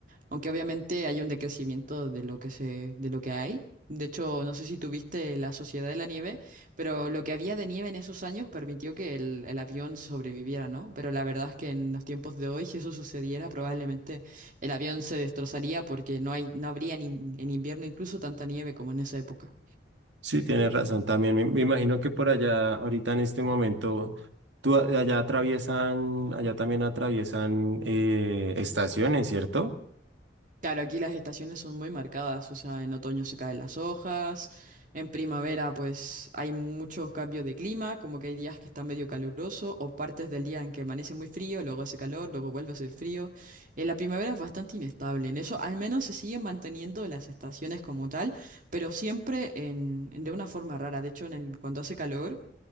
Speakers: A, on the right (about 45°); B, on the right (about 85°).
A: aunque obviamente hay un decrecimiento de lo que se, de lo que hay. De hecho, no sé si tuviste la Sociedad de la Nieve, pero lo que había de nieve en esos años permitió que el, el avión sobreviviera, ¿no? Pero la verdad es que en los tiempos de hoy, si eso sucediera, probablemente el avión se destrozaría porque no hay, no habría en in- en invierno incluso tanta nieve como en esa época.
B: Sí, tienes razón también. Me, me imagino que por allá, ahorita en este momento, tú, a- allá atraviesan, allá también atraviesan eh, estaciones, ¿cierto?
A: Claro, aquí las estaciones son muy marcadas, o sea, en otoño se caen las hojas, en primavera pues hay muchos cambios de clima, como que hay días que está medio caluroso o partes del día en que amanece muy frío, luego hace calor, luego vuelve a hacer frío. En la primavera es bastante inestable, en eso al menos se siguen manteniendo las estaciones como tal, pero siempre en, en- de una forma rara. De hecho, en el- cuando hace calor,